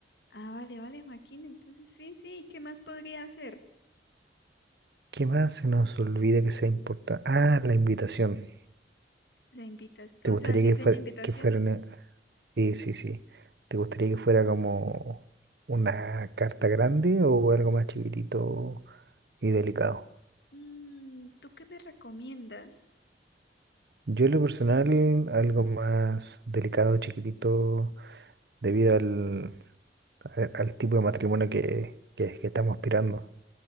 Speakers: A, on the left (about 70°); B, on the right (about 65°).
A: Ah, vale, vale, Joaquín, entonces sí, sí, ¿qué más podría hacer?
B: ¿Qué más se nos olvida que sea importante? Ah, la invitación.
A: La invitación,
B: ¿Te
A: o
B: gustaría
A: sea, el diseño
B: que fuera,
A: de invitación.
B: que fuera una- Sí, sí, sí. ¿Te gustaría que fuera como una carta grande o algo más chiquitito y delicado?
A: Mm, ¿tú qué me recomiendas?
B: Yo en lo personal, algo más delicado, chiquitito, debido al a- al tipo de matrimonio que, que- que estamos aspirando.